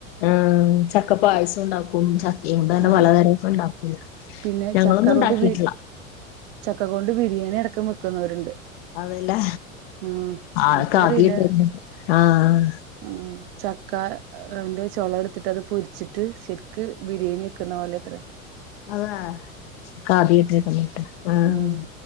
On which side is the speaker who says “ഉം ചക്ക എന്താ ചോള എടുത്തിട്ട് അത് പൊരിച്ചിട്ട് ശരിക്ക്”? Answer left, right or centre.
Right